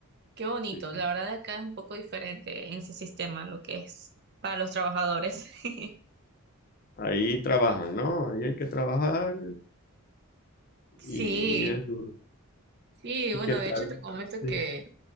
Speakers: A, on the right; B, on the left.
A: qué bonito.
B: sí. sí.
A: La verdad acá es un poco diferente en ese sistema lo que es para los trabajadores. <laughs>
B: Ahí trabajan, ¿no? Ahí hay que trabajar
A: Sí,
B: y es duro.
A: sí,
B: ¿Y
A: bueno,
B: qué tal?
A: de hecho te comento
B: Sí,
A: que